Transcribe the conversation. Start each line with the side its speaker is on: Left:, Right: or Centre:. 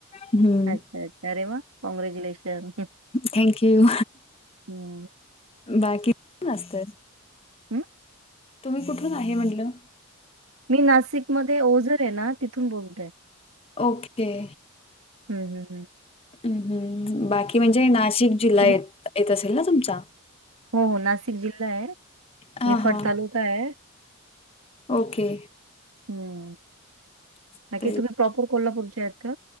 Left: हम्म
Right: अच्छा अच्छा अरे वा कॉग्रेच्युलेशन!
Left: थँक यू
Right: हम्म
Left: बाकी मस्त
Right: हम्म?
Left: तुम्ही कुठून आहे म्हंटलं?
Right: मी नाशिक मध्ये ओझर आहे ना तिथून बोलतय
Left: ओके
Right: हम् हम हम
Left: हम् हम् बाकी म्हणजे नाशिक जिल्हा
Right: तुम-
Left: य येत असेल ना तुमचा?
Right: हो हो नाशिक जिल्हा आहे
Left: हां,
Right: निफाड
Left: हां.
Right: तालुका आहे
Left: ओके
Right: हम्म
Left: <inaudible>
Right: बाकी तुम्ही प्रॉपर कोल्हापूरच्या आहेत का?